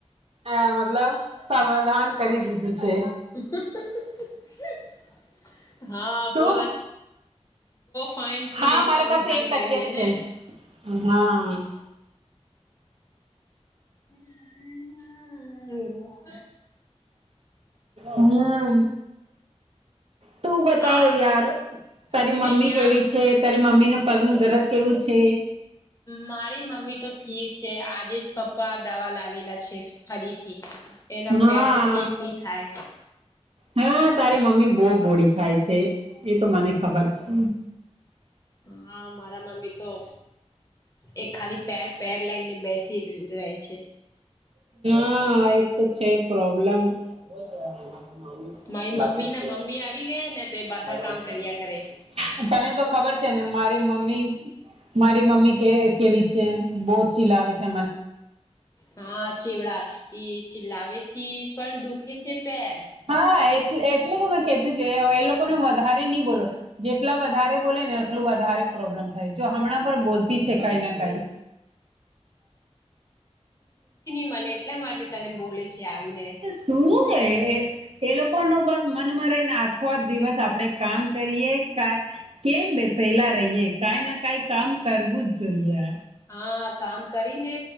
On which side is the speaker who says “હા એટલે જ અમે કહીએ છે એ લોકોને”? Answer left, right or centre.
Right